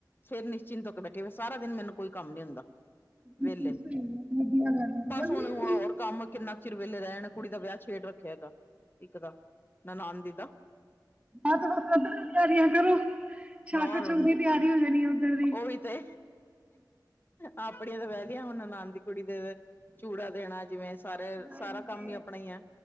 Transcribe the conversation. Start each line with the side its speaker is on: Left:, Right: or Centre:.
Left: ਫੇਰ ਨਿਸ਼ਚਿੰਤ ਹੋ ਕੇ ਬੈਠੇ ਹੋਏ ਸਾਰਾ ਦਿਨ ਮੈਨੂੰ ਕੋਈ ਕੰਮ ਨੀ ਹੁੰਦਾ ਵਿਹਲੇ,
Right: ਬਿਲਕੁਲ ਸਹੀ ਹੈ ਵਧੀਆ ਗੱਲ ਹੈ
Left: ਬਸ
Right: ਗਰਮੀ
Left: ਹੁਣ -ਹਣ
Right: ਹੁੰਦੀ
Left: ਹੋਰ
Right: ਹੈ
Left: ਕੰਮ ਕਿੰਨਾ ਕੁ ਚਿਰ ਵਿਹਲੇ ਰਹਿਣ, ਕੁੜੀ ਦਾ ਵਿਆਹ ਛੇੜ ਰੱਖਿਆ ਹੈਗਾ ਇੱਕ ਦਾ। ਹੰਦੀ ਦਾ।
Right: ਆ ਤੇ ਬਸ ਉੱਧਰ ਦੀ ਤਿਆਰੀਆਂ ਕਰੋ, ਛੱਕ
Left: ਹੋਰ
Right: ਛੁੱਕ ਦੀ ਤਿਆਰੀ ਹੋ ਜਾਣੀ ਆ ਉੱਧਰ ਦੀ।
Left: ਉਹੀ ਤੇ ਆਪਣੀਆਂ ਤੇ ਵਿਆਹ ਲੀਆਂ, ਹੁਣ ਨਨਾਣ ਦੀ ਕੁੜੀ ਦੇ ਚੂੜਾ ਦੇਣਾ ਜਿਵੇਂ ਸਾਰੇ
Right: ਹਾਂਜੀ
Left: ਸਾਰਾ ਕੰਮ ਹੀ ਆਪਣਾ ਹੀ ਐ,